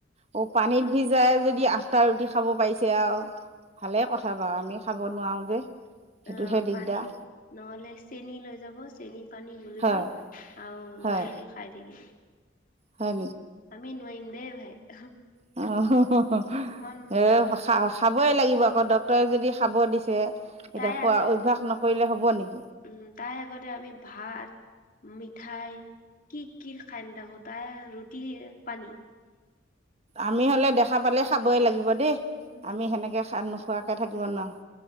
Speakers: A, on the right; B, on the left.
A: অহ, পানীত ভিজাই যদি আঠটা ৰুটি খাব পাৰিছে আৰু। ভালে কথা বাৰু, আমি খাব নোৱাৰো যে। সেইটোহে
B: অহ',
A: দিগদাৰ
B: পানীত নহ'লে, চেনী লৈ যাব চেনীত। পানী গুলিব,
A: হয়
B: আৰু
A: হয়
B: ৰুটি দি খাই থাকিব।
A: হয়
B: আমি, নোৱাৰিম দেই ভাই।
A: অহ'। <unintelligible>
B: ইমান
A: খাবই লাগিব আকৌ, ডক্তৰে যদি খাব দিছে, এতিয়া,
B: তাইৰ
A: খোৱা
B: আগত
A: অভ্যাস নকৰিলে হ'ব নেকি।
B: উম, তাই আগতে আমি ভাত, মিঠাই কি কি খাই নাথাকো, তাই ৰুটি পানী
A: আমি হ'লে দেখা পালে খাবই লাগিব দেই,
B: উম
A: আমি সেনেকো নোখোৱাকে থাকিব নোৱাৰো।